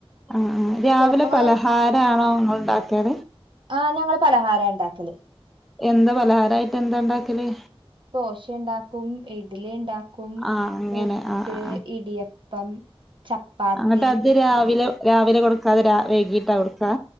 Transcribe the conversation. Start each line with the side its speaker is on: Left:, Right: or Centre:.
Centre: ആഹ് ആഹ് രാവിലെ
Right: ചെലപ്പോ
Centre: പലഹാരം ആണോ ഇങ്ങള് ഇണ്ടാക്കെല്
Right: ആഹ് ഞങ്ങള് പലഹാര ഇണ്ടാക്കെല്
Centre: എന്താ പലഹാരായിട്ട് എന്താ ഇണ്ടാക്കല്
Right: ദോശ ഇണ്ടാക്കും ഇഡ്ലി ഇണ്ടാക്കും
Centre: ആ അങ്ങനെ
Right: പുട്ട്
Centre: ആ ആ ആ
Right: ഇടിയപ്പം ചപ്പാത്തി
Centre: ഇന്നട്ട് അത് രാവിലെ രാവിലെ കൊടുക്കാതെ വൈകിട്ടാ കൊട്ക്ക